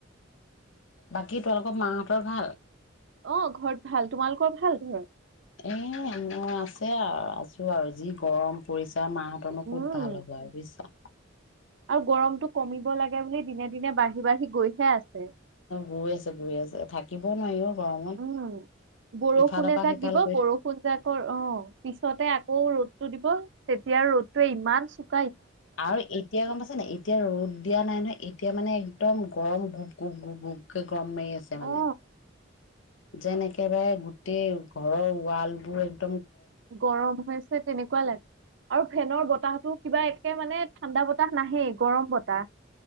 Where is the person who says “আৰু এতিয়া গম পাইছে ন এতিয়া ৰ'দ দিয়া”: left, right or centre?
Left